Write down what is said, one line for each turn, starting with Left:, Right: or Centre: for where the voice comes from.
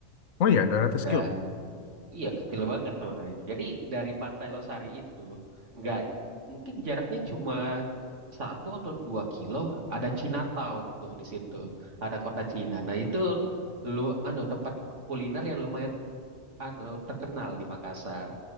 Left: Oh iya, 200
Right: Dan
Left: kilo.
Right: Iya, kecil banget sebenarnya. Jadi dari Pantai Losari itu nggak mungkin jaraknya cuma satu atau dua kilo. Ada Chinatown tuh di situ, ada kota Cina. Nah itu lu anu tempat kuliner yang lumayan anu terkenal di Makassar.